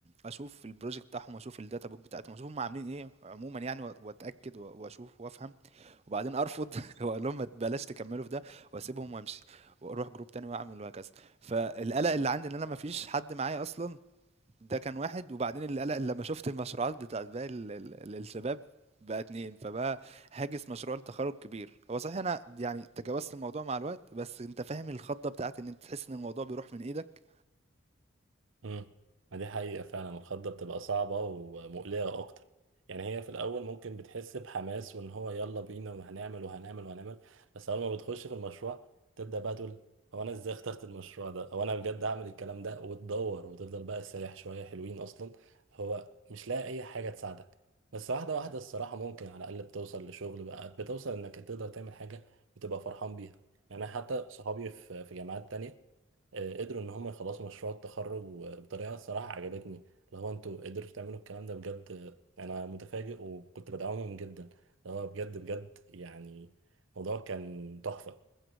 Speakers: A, on the right; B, on the right.
A: اشوف البروجكت بتاعهم واشوف الداتا بوك بتاعتهم واشوف هم عاملين ايه عموما يعني وأ- واتاكد وأ- واشوف وافهم وبعدين ارفض <laughs> واقول لهم ما بلاش تكملوا في ده واسيبهم وامشي واروح جروب تاني واعمل وهكذا فالقلق اللي عندي ان انا ما فيش حد معايا اصلا ده كان واحد وبعدين القلق اللي لما شفت المشروعات بتاعت باقي ال- ال- ال- الشباب بقى اتنين فبقى هاجس مشروع التخرج كبير هو صحيح انا يعني تجاوزت الموضوع مع الوقت بس انت فاهم الخضه بتاعت ان انت تحس ان الموضوع بيروح من ايدك
B: امم ما دي حقيقة فعلا الخضة بتبقى صعبة ومقلقة أكتر يعني هي في الأول ممكن بتحس بحماس وإن هو يلا بينا وهنعمل وهنعمل وهنعمل بس أول ما بتخش في المشروع تبدأ بقى تقول هو أنا إزاي اخترت المشروع ده هو أنا بجد هعمل الكلام ده وتدور وتفضل بقى سايح شوية حلوين أصلا هو مش لاقي أي حاجة تساعدك بس واحدة واحدة الصراحة ممكن على الأقل بتوصل لشغل بقى بتوصل إنك تقدر تعمل حاجة وتبقى فرحان بيها يعني أنا حتى صحابي في في جامعات تانية آه، قدروا ان هم يخلصوا مشروع التخرج وبطريقه الصراحه عجبتني اللي هو انتوا قدرتوا تعملوا الكلام ده بجد آه، انا متفاجئ وكنت بدعمهم جدا اللي هو بجد بجد يعني الموضوع كان تحفه